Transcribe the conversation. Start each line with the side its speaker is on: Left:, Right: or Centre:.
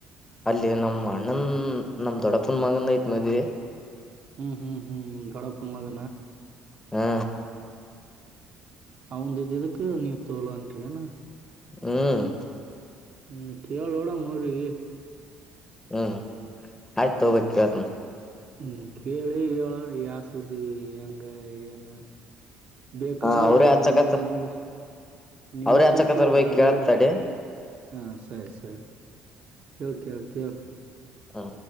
Left: ಅಲ್ಲಿ ನಮ್ಮ್ ಅಣ್ಣನ್ ನಮ್ ದೊಡಪನ್ ಮಗಂದ ಐತ್ ಮದ್ವೆ
Right: ಹ್ಮ್ ಹ್ಮ್ ಹ್ಮ್ ದಳ ಪರ್ನಾಗ
Left: ಹಾ
Right: ಅವಂದ ಇದ್ದಿದ್ದಕ್ಕ ನೀವ್ ತೋಲ ಅಂಟ್ರಿ ಅನಾ
Left: ಹ್ಮ್
Right: ಹ್ಮ್ ಕೇವಲೋಡ ಮರು <unintelligible>
Left: ಹ್ಮ್ ಆಯ್ತು ತ ವಕ್ಯಾತ್ನು
Right: ಹ್ಮ್ ಕೇಳಿ ಹೇಳೋಣ ಯಸ್ ಸುದಿ ಅಂಗನು ಹ್ಮ ಬೇಕಾದ್ರೂ
Left: ಹ ಅವ್ರೇ
Right: ವೈರ್
Left: ಹಚ್ಚಕತ್
Right: ಅಲ್ಲೇ ನಿಂದ್ರಿಸಿ ನಿಂದ್ರಿಸಿರ್ತೇವು
Left: ಅವ್ರೇ ಹಚ್ಚಕತ್ತರ್ ಬೈ
Right: ರಗೋಡ್
Left: ಕೇಳತ್ ತಡಿ
Right: ಹಾ ಸರಿ ಸರಿ ಕೆ ಕೆ ಕೇಳ್
Left: ಹಾ